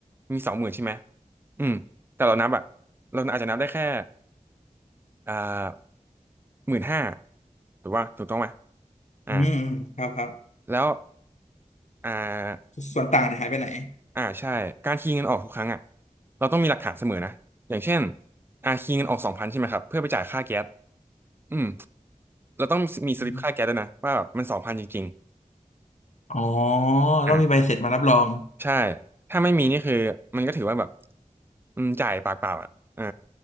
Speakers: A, on the right; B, on the left.
A: มีสองหมื่นใช่ไหมอืมแต่เรานับอ่ะเราอาจจะนับได้แค่อ่าหมื่นห้าถูกว่าถูกต้องไหมอ่า
B: อืมอืมครับครับ
A: แล้วอ่า
B: ส่วนต่างเนี่ยหายไปไหน
A: อ่าใช่การคีย์เงินออกทุกครั้งอ่ะเราต้องมีหลักฐานเสมอนะอย่างเช่นอ่าคีย์เงินออกสองพันใช่ไหมครับเพื่อไปจ่ายค่าแก๊สอืมเราต้องมีสลิปค่าแก๊สด้วยนะว่าแบบมันสองพันจริง
B: อมอ๋อ
A: ๆอ่า
B: ต้องมีใบเสร็จมารับรอง
A: ใช่ถ้าไม่มีนี่คือมันก็ถือว่าแบบอืมจ่ายปากเปล่าอ่ะอ่า